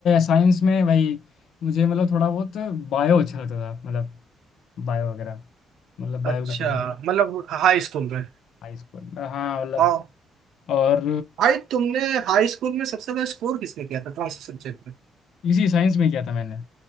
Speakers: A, on the left (about 70°); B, on the right (about 80°).
A: साइंस में भाई मुझे मतलब थोड़ा बहुत बायो अच्छा लगता था मतलब बायो वगैरह मतलब बायो
B: अच्छा
A: के सब्जेक्ट
B: मतलब हाई स्कूल में
A: हाई स्कूल में। हाँ मतलब
B: हाँ।
A: और
B: भाई तुमने हाई स्कूल में सबसे ज्यादा स्कोर किसने किया था कौन से सब्जेक्ट में
A: इसी साइंस में किया था मैंने